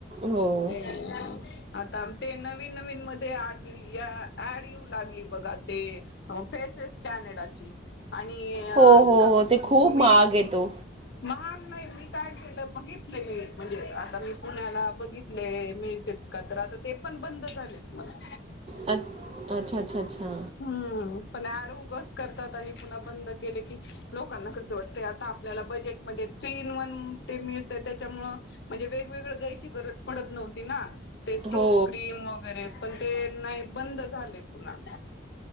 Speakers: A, on the right; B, on the left.
A: हो
B: ते आता ते नवीन नवीन मध्ये ड ऍड येऊ लागली बघा ते फेसेस कॅनेडाची आणि आजकाल
A: हो हो हो ते खूप
B: मी
A: महाग येतो
B: महा नाही मी काय केलं बघितले मी म्हणजे आता मी पुण्याला बघितले मिळते का तर आता ते पण बंद झालेत मला
A: अ अच्छा अच्छा अच्छा
B: हम्म पण ड उगच करतात आणि पुन्हा बंद केले की लोकांना कस वाटत आता आपल्याला बजेटमध्ये थ्री इन वन ते मिळतं त्याच्यामुळं म्हणजे वेगवेगळं द्यायची गरज पडत नव्हती ना ते स्ट्रो
A: हो
B: क्रीम वगैरे पण ते नाही बंद झाले पुन्हा